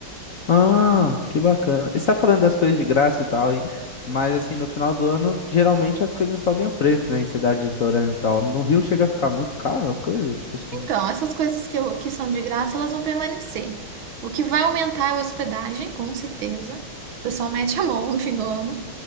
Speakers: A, on the left; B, on the right.
A: Ah, que bacana. Você tá falando das coisas de graça e tal, e- mas assim, no final do ano, geralmente as coisas sobem o preço, né, em cidade litorânea e tal. No Rio chega a ficar muito caro as coisas, tipo assim.
B: Então, essas coisas que, eu- que são de graça, elas vão permanecer. O que vai aumentar é a hospedagem, com certeza. O pessoal mete a mão no fim do ano.